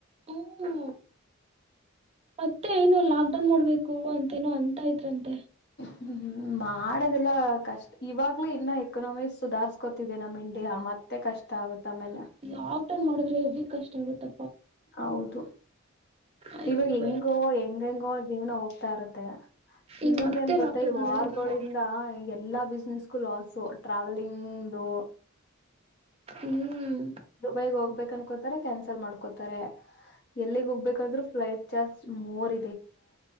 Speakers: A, on the right; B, on the left.
A: ಹ್ಮ ಮತ್ತೆ ಏನು ಲಾಕ್ಡೌನ್ ಮಾಡ್ಬೇಕು ಅಂತೇನೋ ಅಂತ ಇದ್ರಂತೆ ತ್ತೆ
B: ಹ್ಮ್ ಮಾಡದೆಲ್ಲ ಕಷ್ಟ ಇವಾಗ್ಲೇ ಇನ್ನ ಎಕನಾಮಿ ಸುಧಾರ್ಸ್ಕೊತಿದ್ದಿದೆ ನಮ್ಮ ಇಂಡಿ ಮತ್ತೆ ಕಷ್ಟ ಆಗುತ್ತ ಆಮೇಲೆ
A: ಲಾಕ್ಡೌನ್ ಮಾಡಿದ್ರೆ ಹೆವಿ ಕಷ್ಟ ಆಗುತ್ತ
B: ಹೌದು
A: ಅಯ್ಯೋ
B: ಇವಾಗ ಹೆಂಗೋ
A: ಬೇಡ
B: ಹೆಂಗ ಹೆಂಗೋ ಜೀವನ ಹೋಗ್ತಾ ಇರುತ್ತೆ
A: ಈಗ
B: ಇನ್ನೊಂದ
A: ಮತ್ತೆ
B: ಏನ್ ಗೊತ್ತ
A: ಲಾಕ್ಡೌನ್
B: ಈ ವಾರ್ಗಳಿಂದ
A: ಮಾಡಿದ್ರೆ
B: ಎಲ್ಲಾ ಬಿಸ್ನೆಸ್ಗು ಲಾಸು ಟ್ರಾವೆಲಿಂಗ್ ಹದು
A: ಹ್ಮ್
B: ದುಬೈಗ್ ಹೋಗ್ಬೇಕು ಅನ್ಕೋತಾರೆ ಕ್ಯಾನ್ಸಲ್ ಮಾಡ್ಕೋತಾರೆ ಎಲ್ಲಿಗ್ ಹೋಗ್ಬೇಕಂದ್ರರು ಫ್ಲೈಟ್ ಚಾರ್ಜ್ ಮೂರ್